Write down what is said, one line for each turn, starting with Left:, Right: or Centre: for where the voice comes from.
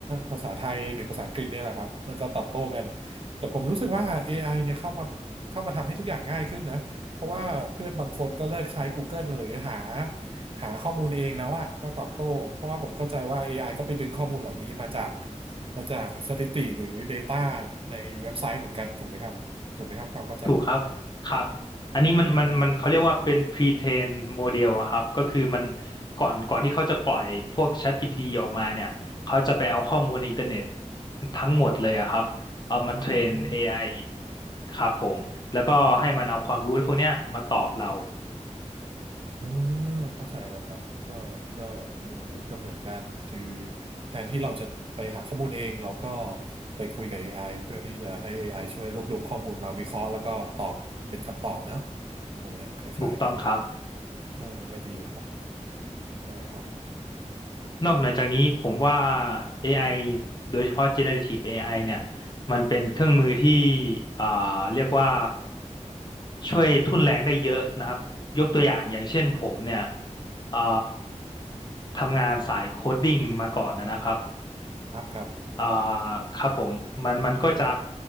Right: ภาษาไทยหรือภาษาอังกฤษเนี่ยแหละครับ แล้วก็ตอบโต้กัน แต่ผมรู้สึกว่า AI เนี่ยเข้ามาเข้ามาทำให้ทุกอย่างง่ายขึ้นนะเพราะว่าเพื่อนบางคนก็เลิกใช้ Google หรือหาหาข้อมูลเองแล้วอะก็ตอบโต้ เพราะว่าผมเข้าใจว่า AI ก็ไปดึงข้อมูลเหล่านี้มาจากมาจากสถิติหรือ Data ในเว็บไซต์เหมือนกันถูกไหมครับถูกไหมครับความเข้าใจนี้
Left: ถูกครับครับอันนี้มันมันมันเขาเรียกว่าเป็น
Right: อืม
Left: pre-train model อะครับก็คือมันก่อนก่อนที่เขาจะปล่อยพวก ChatGPT ออกมาเนี่ยเขาจะไปเอาข้อมูลในอินเทอร์เน็ตทั้งหมดเลยอะครับเอามาเทรน
Right: <coughs>
Left: AI ครับผมแล้วก็ให้มันเอาความรู้พวกเนี้ยมาตอบเรา
Right: อ่าเข้าใจแล้วครับก็ก็เออก็เหมือนกันคือแทนที่เราจะไปหาข้อมูลเองเราก็ไปคุยกับ AI เพื่อที่จะให้ AI ช่วยรวบรวมข้อมูลมาวิเคราะห์แล้วก็ตอบเป็นคำตอบเนอะถูกไหมคล้ายๆกัน
Left: ถูกต้องครับ
Right: เออก็ดีครับได้ครับ
Left: นอกเหนือจากนี้ผมว่า AI โดยเฉพาะ generative AI เนี่ยมันเป็นเครื่องมือที่อ่าเรียกว่าช่วยทุ่นแรงได้เยอะนะครับยกตัวอย่างอย่างเช่นผมเนี่ยอ่าทำงานสายโคดดิ้งมาก่อนนะครับ
Right: ครับครับ
Left: อ่าครับผมมันมันก็จะ